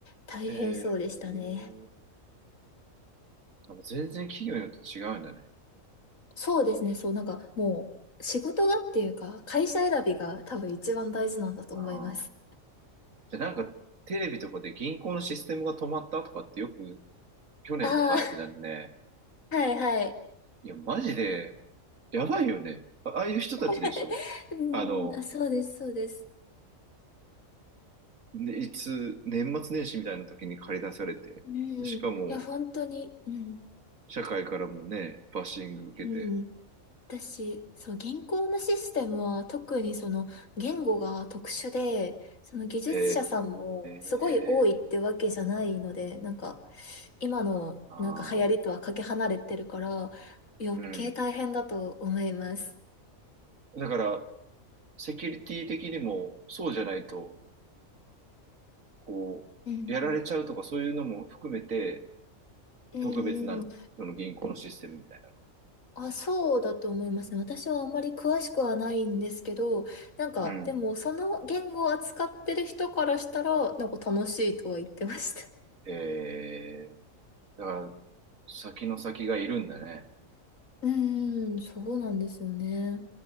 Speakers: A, on the left; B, on the right.
A: 大変そうでしたね。
B: へえ。あもう全然企業によって違うんだね。
A: そうですね、そう、なんかもう、仕事がっていうか、会社選びが多分一番大事なんだと思います。
B: ああ。じゃあなんかテレビとかで銀行のシステムが止まったとかってよく去年とかあったじゃんね。
A: ああ、はいはい。
B: いや、マジで、やばいよね。あ、ああいう人たちでしょ。
A: <laughs> う
B: あの、
A: ん、あ、そうです、そうです。
B: ね、いつ、年末年始みたいな時に駆り出されて、
A: うん、
B: しかも、
A: いや、本当に、うん、
B: 社会からもね、バッシング受けて。
A: うん。私、そう、銀行のシステムは特にその言語が特殊で、その技術者さんもすごい多いってわけじゃないので、
B: へえ。
A: なんか、今のなんか流行りとはかけ離れてるから、
B: ああ。
A: 余計大変だと思います。
B: うん。だから、セキュリティ的にもそうじゃないと、こう、
A: うん
B: やられちゃうとかそういうのも含めて
A: うん。
B: 特別なの。
A: うんうん。
B: その銀行のシステムみたい
A: あ、そうだと思いますね。私はあんまり詳しくはないんですけど、なんか、
B: な。うん。
A: でも、その言語を扱ってる人からしたら、なんか楽しいとは言ってました。
B: えー、だから先の先がいるんだね。
A: うーん、そうなんですよね。